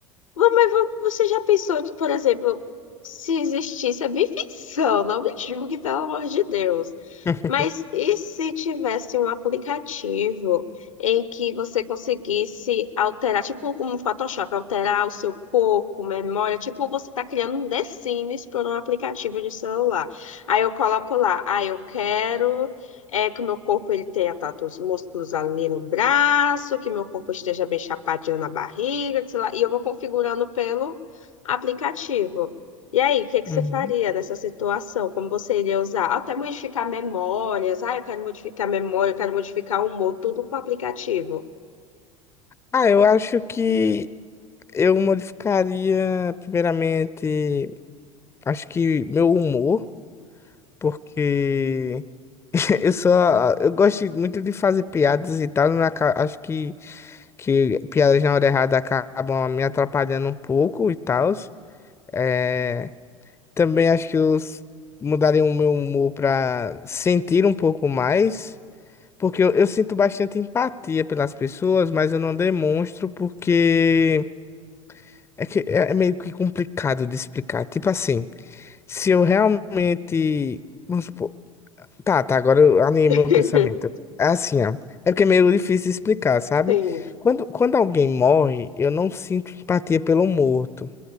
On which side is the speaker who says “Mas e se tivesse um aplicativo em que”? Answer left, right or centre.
Left